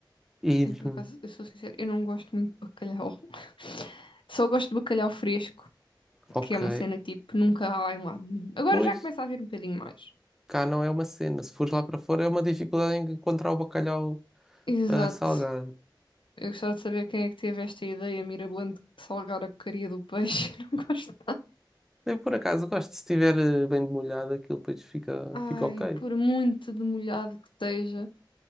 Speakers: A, in the centre; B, on the left.
A: E
B: E por
A: hum,
B: acaso, eu sou sincera, eu não gosto muito de bacalhau. <laughs> Só gosto de bacalhau fresco,
A: ok,
B: que é uma cena que, tipo, nunca há em lado nenhum. Agora
A: pois
B: já começa a haver um bocadinho mais.
A: cá não é uma cena. Se fores lá para fora é uma dificuldade em encontrar o bacalhau
B: Exato.
A: ah, salgado.
B: Eu gostava de saber quem é que teve esta ideia mirabolante de salgar a porcaria do peixe. <laughs> Não gosto.
A: Eu por acaso gosto, se estiver eh, bem demolhado, aquilo depois fica,
B: Ai,
A: fica ok.
B: por muito demolhado que esteja,